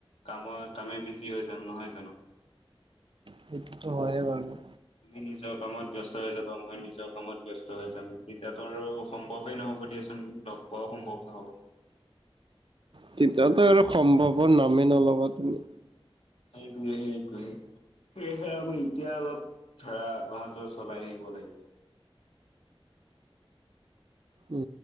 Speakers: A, on the left (about 85°); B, on the right (about 55°).
A: কামৰ কামে বিজি হৈ যাম নহয় জানো।
B: সেইটোতো হয় বাৰু।
A: তুমি নিজৰ কামত ব্যস্ত হৈ যাবা মই নিজৰ কামত ব্যস্ত হৈ যাম তেতিয়াটো আৰু সম কবেই নহ'ব দিয়াচোন লগ পোৱাও সম্ভৱ নহ'ব।
B: তেতিয়াতো আৰু সম্ভৱৰ নামেই নল'বা তুমি।
A: সেইটোৱে, সেইটোৱে। সেয়েহে আমি এতিয়া অলপ ধৰাা অহা যোৱা চলাই থাকিব লাগিব।
B: উ